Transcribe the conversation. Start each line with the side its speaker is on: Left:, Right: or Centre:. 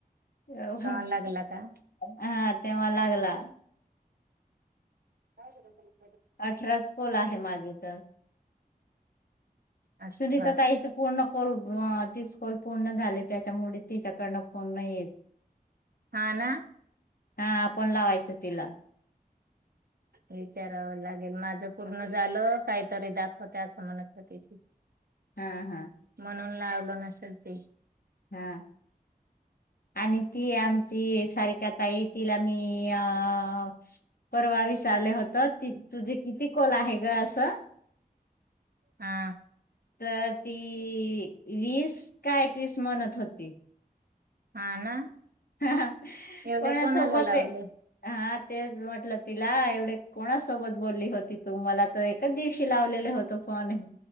Left: हम्म
Right: तवा लागला का?
Left: हाह तेव्हा लागला,
Right: आणू शकाल का?
Left: अठराच कॉल आहे माझे तर
Right: अठरा
Left: सुनीता ताईच पूर्ण कॉल तीस कॉल पूर्ण झाली त्याच्यामुळे तिच्याकडनं फोन नाही येत.
Right: हा ना
Left: हा आपण लावायचं तिला.
Right: विचारावं लागेल माझं पूर्ण झालं. काहीतरी दाखवते असं होती ती.
Left: हा हा
Right: म्हणून लावलं नसेल ते <unintelligible>
Left: हा आणि ती आमची सारीकाताई तिला मी अअ परवा विचारले होत तुझे किती कॉल आहे ग? असं,
Right: हा
Left: तर ती वीस का एकवीस म्हणत होती,
Right: हा.. ना..
Left: हां हां
Right: एवढे
Left: कोणा
Right: कोणाला
Left: सोबत
Right: लावले
Left: हा ते म्हटलं तिला एवढे कोणासोबत बोलली होती? तू मला तर एकच दिवशी लावलेले होत फोन